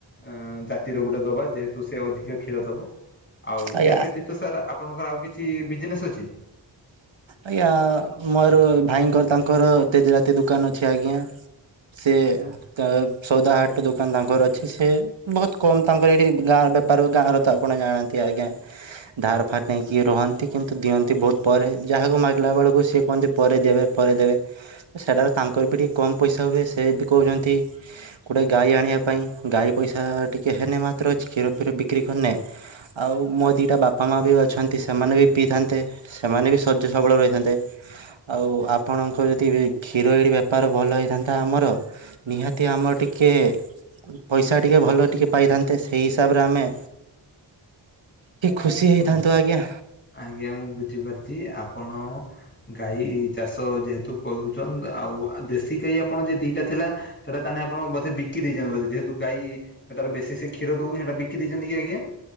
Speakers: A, on the left (about 25°); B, on the right (about 80°).
A: ଅଁ-ଅଁ ଜାତିର ଗୋଟେ ଦବା ଯେହେତୁ ସେ ଅଧିକ କ୍ଷୀର ଦବ ଆଉ
B: ଆଜ୍ଞା।
A: ୟା ବ୍ୟତୀତ ସାର୍ ଆପ୍ ଆପଣଙ୍କର ଆଉ କିଛି ବିଜିନେସ୍ ଅଛି?
B: ଆଜ୍ଞା ମୋର ଭାଇଙ୍କର ତାଙ୍କର ତେଜରାତି ଦୋକାନ ଅଛି ଆଜ୍ଞା। ସେ
A: ଆଚ୍ଛା।
B: ତା ସଉଦା ହାଟ ଦୋକାନ ତାଙ୍କର ଅଛି, ସେ ବହୁତ କମ୍ ତାଙ୍କର ଏଇଠି ଗାଁର ବେପାର ଗାଁ ର ତ ଆପଣ ଜାଣନ୍ତି ଆଜ୍ଞା ଧାର ଫାରେ ନେଇକି ରହନ୍ତି କିନ୍ତୁ ଦିଅନ୍ତି ବହୁତ ପରେ ଯାହାକୁ ମାଗିଲା ବେଳକୁ ସିଏ କୁହନ୍ତି ପରେ ଦେବେ ପରେ ଦେବେ ସେଟାରେ ତାଙ୍କର ବି ଟିକିଏ କମ୍ ପଇସା ହୁଏ ସେ ବି କହୁଛନ୍ତି ଗୋଟେ ଗାଈ ଆଣିବା ପାଇଁ ଗାଈ ପଇସା ଟିକେ ହେନେ ମାତ୍ର କ୍ଷୀର ଫିର ବିକ୍ରି କରିନେ ଆଉ ମୋ ଦିଟା ବାପା ମା ବି ଅଛନ୍ତି ସେମାନେ ବି ପିଇଥାନ୍ତେ ସେମାନେ ବି ଶଜ୍ୟ ସବଳ ରହିଥାନ୍ତେ ଆଉ ଆପଣଙ୍କ ଯଦି କ୍ଷୀର ଏଠି ବେପାର ଭଲ ହେଇଥାନ୍ତା ଆମର ନିହାତି ଆମର ଟିକେ ପଇସା ଟିକେ ଭଲ ଟିକେ ପାଇଥାନ୍ତେ ସେଇ ହିସାବରେ ଆମେ ଖୁସି ହେଇଥାନ୍ତୁ
A: ହଁ
B: ଆଜ୍ଞା
A: ଆଜ୍ଞା ମୁଁ ବୁଝିପାରୁଛି ଆପଣ ଗାଈ ଚାଷ ଯେହେତୁ କରୁଛନ୍ ଆଉ ଦେଶୀ ଗଈ ଆପଣ ଯେ ଦିଟା ଥିଲା ସେଟା ତାହେଲେ ଆପଣ ବଧେ ବିକି ଦେଇଛନ୍ତି ବଧେ ଯେହେତୁ ଗାଈ ସେଟାରେ ବେଶୀ ସେ କ୍ଷୀର ଦଉନି ସେଟା ବିକି ଦେଇଛନ୍ତି କି ଆଜ୍ଞା